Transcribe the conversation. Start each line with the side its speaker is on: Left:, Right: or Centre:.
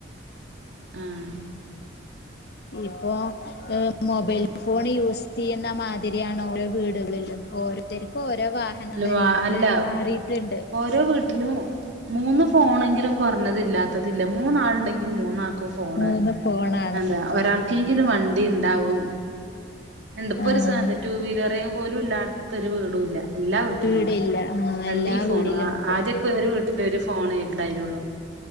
Right: ആഹ്
Left: ഇപ്പൊ ഏഹ് മൊബൈൽ
Right: അങ്ങനെ
Left: ഫോൺ യൂസ് ചെയ്യുന്ന മാതിരിയാണ് ഓരോ വീടുകളിലും ഓരോത്തര്ക്ക് ഓരോ വാഹനമുള്ള
Right: അല്ല വാ
Left: രീതിയിലായി
Right: അല്ല
Left: മാറിയിട്ടുണ്ട്
Right: ഓരോ വീട്ടിലും മൂന്ന് ഫോണെങ്കിലും കൊർഞ്ഞതില്ലാത്തതില്ല മൂന്നാളുണ്ടെങ്കിൽ മൂന്നാൾക്കും ഫോണ്
Left: മൂന്ന് ഫോണാണ്
Right: അതാ ഒരാൾക്കെങ്കിലും വണ്ടി ഇണ്ടാവും ഇണ്ട് ഇപ്പൊ
Left: ആഹ്
Right: ഒരു സാതാ ടൂവീലറ് പോലുല്ലാത്തൊരു വീടൂല്ല എല്ലാ വീട്ടിലുണ്ട്
Left: വീടില്ല ആഹ്
Right: വണ്ടീം
Left: എല്ലാ
Right: ഫോണും
Left: വീടിലും ഉണ്ട്
Right: ആദ്യൊക്കെരു വീട്ടില് ഒരു ഫോണായിരുന്നു ണ്ടായിനുള്ളു